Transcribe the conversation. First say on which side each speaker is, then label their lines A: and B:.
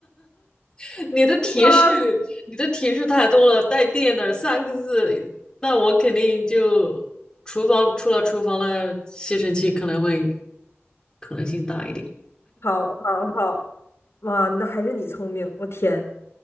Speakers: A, on the left; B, on the left.
A: <laughs> 你的提示，
B: <laughs> 哇塞，
A: 你的提示太多了，带电的三个字，那我肯定就厨房除了厨房的吸尘器可能会可能性大一点。
B: 好好好，哇，那还是你聪明，我天。